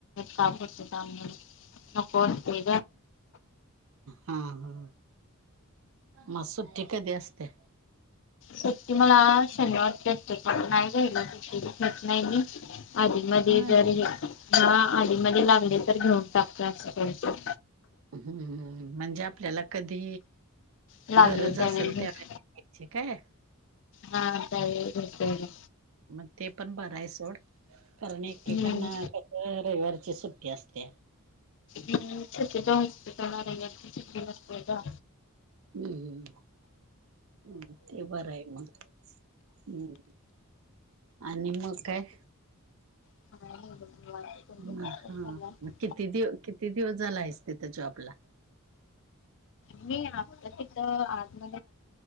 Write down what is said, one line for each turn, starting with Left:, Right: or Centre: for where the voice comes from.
Left: कापतात आमते
Right: हा हा म सुट्टी कधी असते
Left: सक्ती मला शनिवार भेटते क नाही रालच नाही मी आधीमध्ये
Right: होय
Left: जर ह आधीमध्ये लागले तर घेऊन टाकत असं प
Right: हम्म म्हणजे आपल्याला कधी
Left: लागले
Right: गरज
Left: त्यावेळी
Right: असेल
Left: भेट
Right: त्यावेयची काय
Left: हा री बत आहे
Right: मग ते पण बर आहे सोड कारण एकेकांना
Left: हम्म
Right: रविवारची सुट्टी तस्ते
Left: द जाणार त दिवसत जा
Right: हम्म हम्् ते बरं आहे मग हम् आणि मग काय
Left: हा मा
Right: हा मग किती दिव किती दिवस झाला आहे तिथ जॉबला
Left: मी आता तथ आम